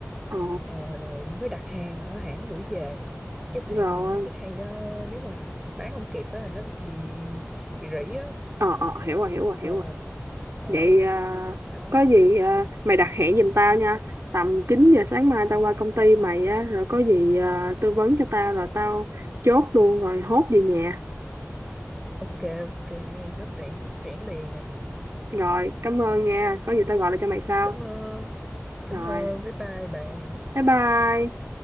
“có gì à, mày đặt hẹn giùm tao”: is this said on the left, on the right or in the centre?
Right